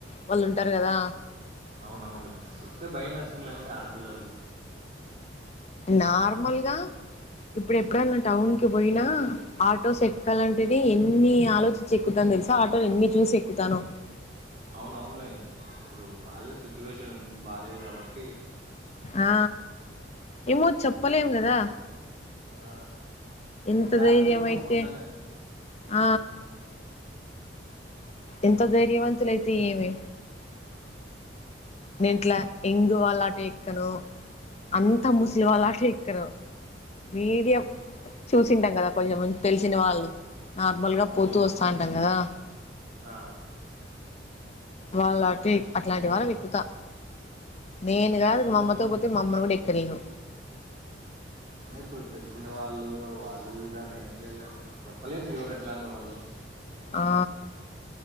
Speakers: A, on the left; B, on the right.
A: వాళ్ళుంటారు గదా
B: అవున అవునులేండి చూస్తే భయం వేస్తుందిలేండి ఆడపిల్లల్కి
A: నార్మల్గా ఇప్పుడ్ ఎక్కడన్నా టౌన్ కి బొయ్యినా ఆటోసెట్కాలంటేనే ఎన్ని ఆలోచి చి ఎక్కుతాన్ దెల్స ఆటోలెన్ని చూసి ఎక్కుతానో
B: అవునవున్లేండి ఇప్పుడు బాగాలేదు సిచ్యువేషన్ బాలేదు కాబట్టి
A: ఆ ఏమో చెప్పలేం గదా
B: ఆ
A: ఎంత
B: మన జాగ్రత్తలో
A: ధైర్యం
B: మనం
A: అయితే
B: ఉండాలండి
A: ఆ ఎంత ధైర్యవంతులయితే ఏమి నే ఇట్లా ఎంగువలాటొక్కను అంతా ముస్లి వాళ్ల అటేక్కెను మీడియం
B: ఉమ్,
A: చూసింటాం కదా కొంచెం తెలిసిన వాళ్ళు నార్మల్గా
B: అవునులేండి
A: పోతూ వస్తాంటాం గదా
B: ఆ
A: వాళ్ళటి అట్లాంటి వాళ్ళ మిక్కుతా నేను
B: అయినా
A: గాదు
B: ఇప్పుడు
A: మ అమ్మతోబొ మమ్మ కూడా ఎక్కనిను
B: అనే ఇప్పుడు తెలిసిన వాళ్ళు వాళ్ళు వీళ్ళు అనేం లేద్ లెండి చెప్పలేము ఎవరు ఎట్లాంటి వాళ్ళు
A: ఆ